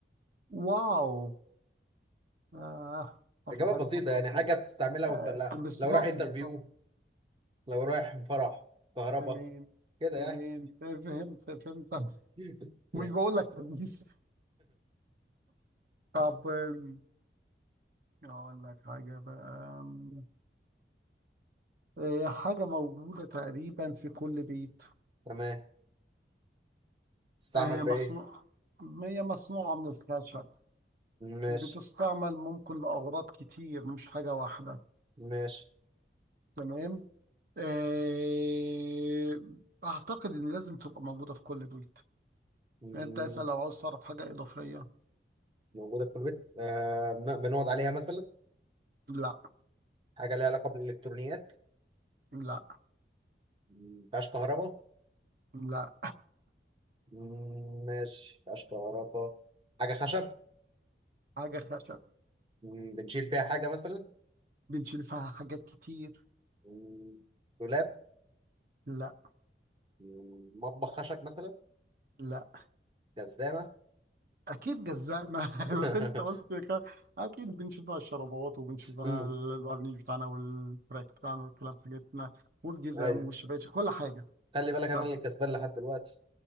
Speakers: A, on the right; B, on the right.
A: واو آه اخر
B: اجابه
A: حاجه
B: بسيطه
A: افكر
B: يعني
A: فيها
B: حاجه بتستعملها
A: آه
B: وانت لا
A: بالظبط
B: لو رايح انترفيو
A: بالظبط
B: لو رايح فرح كهرباء
A: تمام
B: كده
A: تمام
B: يعني
A: آه، فهمت فهمت
B: <laughs>
A: مش بقول لك خميس طب آم، اقول لك حاجه بقى آم، آه، حاجه موجوده تقريبا في كل بيت
B: تمام تستعمل
A: آه،
B: في
A: مصنوع
B: ايه
A: هي مصنوعه من الخشب
B: ماشي
A: بتستعمل ممكن لاغراض كتير مش حاجه واحده
B: ماشي
A: تمام آه، اعتقد ان لازم تبقى موجوده في كل بيت
B: مم.
A: يعني انت اسال لو عاوز تعرف حاجه اضافيه
B: موجودة في كل بيت آه بن- بنقعد عليها مثلا
A: لا
B: حاجة ليها علاقة بالإلكترونيات
A: لا
B: مم. مفيهاش كهرباء
A: لا
B: مم، ماشي مفيهاش كهرباء حاجة خشب
A: حاجه خشب
B: مم. بنشيل فيها حاجة مثلا
A: بنشيل فيها حاجات كتير
B: مم. دولاب
A: لا
B: مم. مطبخ خشب مثلا
A: لا
B: جزامة
A: اكيد جزانا <laughs>
B: <laughs>
A: بس انت قلت ك- اكيد بنشوفها الشرابات وبنشوفها
B: مم.
A: الورنيش بتاعنا والفراك بتاعنا والكلام حاجتنا والجزم
B: أيوه
A: والشباشب كل حاجه
B: خلي بالك أنا
A: طب
B: اللي كسبان لحد دلوقتي